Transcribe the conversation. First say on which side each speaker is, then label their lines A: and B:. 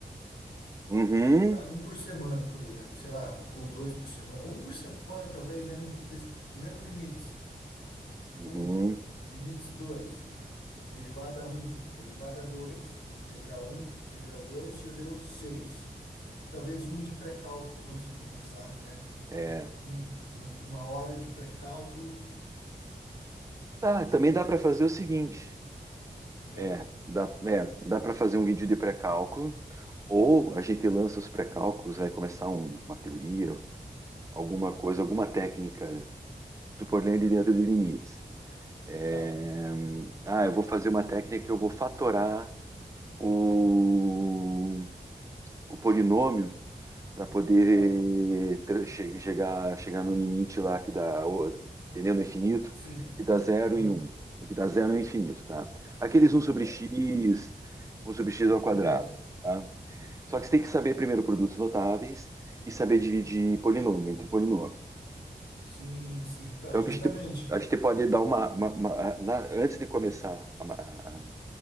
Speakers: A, on the right; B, on the left.
A: Uhum,
B: tá? Um por semana, por exemplo, sei lá, ou dois por semana. Um por semana, talvez, né? Um vídeo desse. Primeiro, limites.
A: uhum.
B: Um. Limites dois Derivada um, derivada 2, integral um, integral 2, já deu 6. Talvez um de pré-cálculo antes de começar, né?
A: É.
B: Um, um- uma hora de pré-cálculo,
A: Tá, também
B: entendeu?
A: dá para fazer o seguinte:
B: Ah,
A: é, dá, é, dá para fazer um vídeo de pré-cálculo. Ou a gente lança os pré-cálculos, vai começar um- uma teoria, alguma coisa, alguma técnica, supor ele dentro de limites. É,
B: tá,
A: ah, eu vou fazer uma técnica que eu vou fatorar o, o polinômio para poder
B: tá,
A: tra- che- chegar, chegar no limite lá que dá, o- entendeu? No infinito,
B: sim,
A: que dá zero
B: aham,
A: e um, que dá zero e um infinito, tá? Aqueles um sobre
B: tá,
A: x, um sobre x ao quadrado,
B: beleza.
A: tá? Só que você tem que saber primeiro produtos notáveis e saber dividir polinômio entre polinômio.
B: Sim, sim, então,
A: Então,
B: justamente,
A: que a gente, a gente pode dar uma. uma- uma- na- antes de começar, a, a-